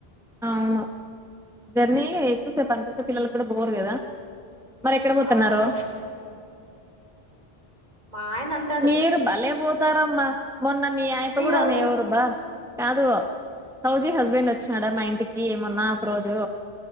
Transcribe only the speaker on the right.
అవును మా ఆయన అంతే
అయ్యో